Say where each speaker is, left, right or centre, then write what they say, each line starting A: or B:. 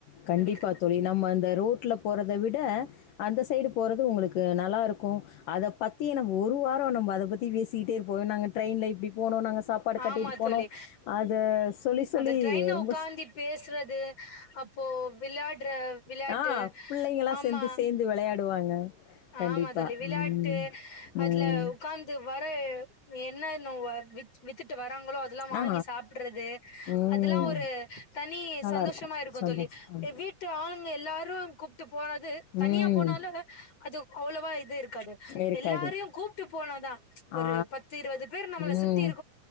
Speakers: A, on the left (about 70°); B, on the left (about 45°).
A: கண்டிப்பா
B: உங்களுக்கு
A: தோழி நம்ம அந்த ரோட்ல போறத விட அந்த சைடு போறது உங்களுக்கு நல்லாருக்கு அத பத்தியே நம் ஒரு வாரோ நம்ம அத பத்தி பேசிட்டே போவோ நாங்க ட்ரெயின்ல அப்டி போனோ நாங்க சாப்பாடு கட்டிட்டு
B: ஆமா
A: போனோ
B: தோழி
A: அத சொல்லி சொல்லி
B: அந்த ட்ரெயின்ல
A: ரொம்ப
B: உக்காந்தி பேசுறது அப்போ விளையாட்ற விளையாட்டு
A: ஆ பிள்ளைங்கலாம்
B: ஆமா
A: சேர்ந்து சேர்ந்து விளையாடுவாங்க. கண்டிப்பா.
B: ஆமா தோழி விளையாட்டு
A: ம்.
B: அதுல
A: ம்.
B: உக்காந்து வர என்ன இன்னுவ வித்துட்டு வராங்ளோ அதெலா வாங்கி
A: ஆ
B: சாப்பட்றது
A: ம்
B: அதெல்லா ஒரு தனி
A: நல்லா
B: சந்தோஷமா இருக்கு
A: சந்தோஷமா
B: தோழி எ வீட்டு ஆளுங்க எல்லாரு கூப்ட்டு போறது தனியா
A: ம்
B: போனாலு அது அவ்வளவா இது இருக்காது
A: இருக்காது
B: எல்லாரையு கூப்ட்டு போனாதா ஒரு
A: ஆ
B: பத்து இருவது பேர் நம்மள
A: ம்
B: சுத்தி இரு